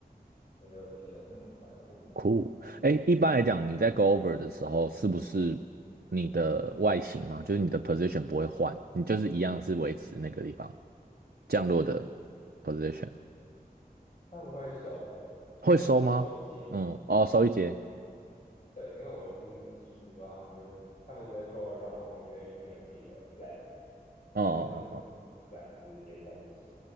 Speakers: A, on the left (about 50°); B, on the right (about 80°).
A: 我就觉得嗯蛮酷的。
B: 酷，哎，一般来讲，你在 go over 的时候，是不是你的外形嘛，就是你的 position 不会换，你就是一样是维持那个地方降落的 position，
A: 他们会收
B: 会收吗？
A: 收一节，
B: 嗯，哦，收一节，
A: 对，因为我听技师说他们就是他们的 go around 后面就会一定会接一个 flag，
B: 哦哦哦哦，
A: 就是他们的 flag 就是连在一起，